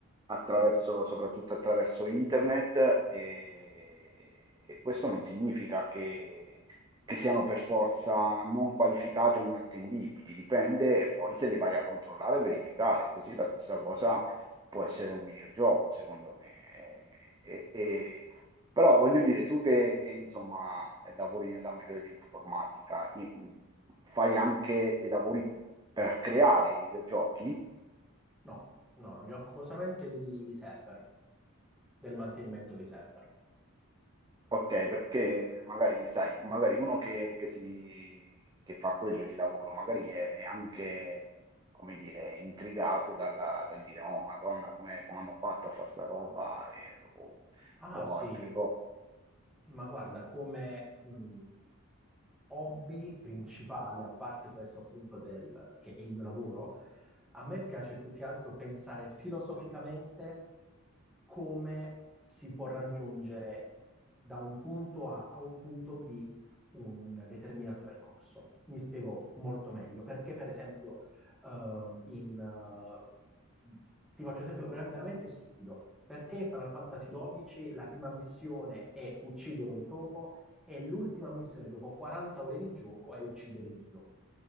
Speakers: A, on the right; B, in the centre.
A: attraverso, soprattutto attraverso internet e, e questo non significa che, che siano per forza non qualificate o inattendibili, dipende poi se le vai a controllare e verificare, così la stessa cosa può essere un videogioco, secondo me. E- e- però voglio dire, tu che, che, insomma lavori nell'ambito dell'informatica, i- fai anche dei lavori per creare i videogiochi?
B: No, no, no, mi occupo solamente di server, del mantenimento dei server.
A: Ok, perché magari, sai, magari uno che, che si, che fa quello di lavoro, magari è, è anche, come dire, intrigato dalla- dal dire, oh, Madonna, come, come hanno fatto a fare sta roba e- o
B: Ah
A: o
B: sì,
A: altre cose.
B: ma guarda come mh, hobby principale, a parte questo appunto del, che è il mio lavoro, a me piace più che altro pensare filosoficamente come si può raggiungere da un punto A a un punto B un determinato percorso. Mi spiego molto meglio, perché per esempio ehm, in, eh, ti faccio un esempio ver- veramente stupido. Perché in Final Fantasy XII la prima missione è uccidere un topo e l'ultima missione dopo 40 ore di gioco è uccidere Dio.